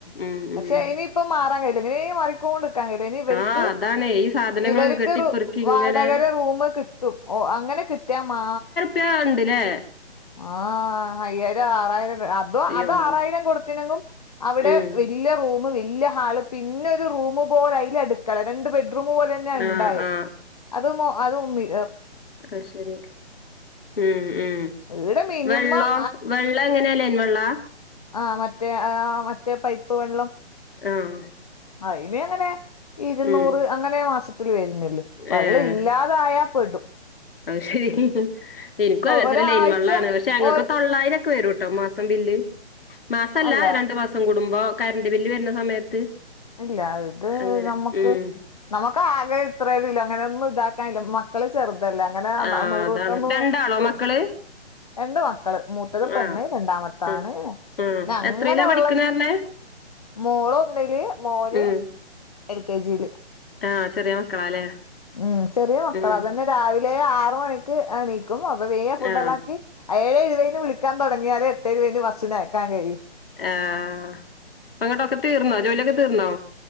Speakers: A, on the left (about 55°); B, on the left (about 35°).
A: ഉം. ഉം.
B: പക്ഷെ ഇനിയിപ്പം മാറാൻ കഴയില്ല ഇങ്ങനെ മാറിക്കൊണ്ട് ഇവർക്ക്
A: ആ അതാണേ ഈ സാധനങ്ങളൊക്കെ
B: ഇവർക്ക്
A: കെട്ടിപ്പെറുക്കി
B: വാടകര
A: ഇങ്ങനെ
B: റൂം കി തും ഓ അങ്ങനെ കിട്ടാ മാ
A: ജാട്ണ്ട്ലേ
B: ആഹ് അയ്യായിരം ആറായിരാെക്കെ അതു
A: അയ്യോ!
B: അതും ആറായിരം കൊട്ത്തിനെങ്ങും അവിടെ
A: ഉം.
B: വെൽ വല്യ റുമ് വല്യ ഹാള് പിന്നെ ഒരു റൂമ് പോലെ അയ്ൽ അടുക്കളരണ്ട് ബെഡ്റൂം പോലെ പിന്നെണ്ടായി
A: ആ ആ
B: അത് അത് ഉമി
A: അത്ശരി ഉം ഉം
B: ഈടെ മിനിമം
A: വെള്ളോ വെള്ള ങ്ങനെ ലൈൻ വെള്ളാ
B: ആ മറ്റേ ആ മറ്റേ പൈപ്പ് വള്ളം
A: ഉം
B: ആ ഇനി അങ്ങനെ ഇരുന്നൂറ്
A: ഉം.
B: അങ്ങനെ മാസത്തിൽ വരുന്നള്ളു വള്ളം
A: ഏഹ്
B: ഇല്ലാത യാപ്പെടും
A: അത് ശെരി ഇന്ക്കും അതെ
B: ഒരാഴ്ച
A: ത്രെ ലെയ്ൻ വള്ളാണ് പക്ഷെ ഞങ്ങക്ക്‌
B: ഒ
A: തൊള്ളായിരൊക്കെ വെരൂട്ടോ മാസ് മാസം ബില്ല് മാസല്ല
B: അല്ല
A: രണ്ടു മാസം കൂടുമ്പോ കറന്റ് ബില്ല് വരുന്ന സമയത്ത്
B: ഇല്ല അത്
A: അങ്ങനെ
B: നമ്മക്ക്
A: ഉം.
B: നമ്മക്ക് ആകെ ഇത്രോലല്ല അങ്ങനൊന്നും ഇതാക്കാനില്ലമ്മ മക്കള് ചെറുതല്ലേ അങ്ങനെ
A: ആഹ്
B: നൂറ്
A: അതാണ്.
B: വട്ടൊന്നും
A: രണ്ടാളോ
B: <unintelligible>
A: മക്കള്?
B: രണ്ട് മക്കള്. മൂത്തത് പെണ്ണ്
A: ആഹ്
B: രണ്ടാമത്താണ്.
A: ഉം. ഉം
B: ന്നെ
A: എത്രയിലാ
B: ങ്ങനെ
A: പഠിക്കണേർഞ്ഞേ?
B: വെള്ളം മോളൊന്നില് മോന്
A: ഉം
B: എൽ കെ ജിയില്
A: ആഹ് ചെറിയ മക്കളാല്ലേ.
B: ഉം.. ചെറിയ മക്കള
A: ഉം
B: അതന്നെ രാവിലെ ആറു മണി ക്ക് എണീക്കും. അപ്പൊ വേ ഫുഡ്
A: ആഹ്
B: എല്ലാക്കി, ഏഴേ ഇരുവയിന് വിളിക്കാൻ തൊടങ്ങിയാൽ എ <unintelligible> എന്റെ വസ്സിനയക്കാൻ കയ്യൂ
A: ആഹ ങ്ങട്ടൊക്കെ തീർന്നോ ജോലിയൊക്കെ തീർന്നോ?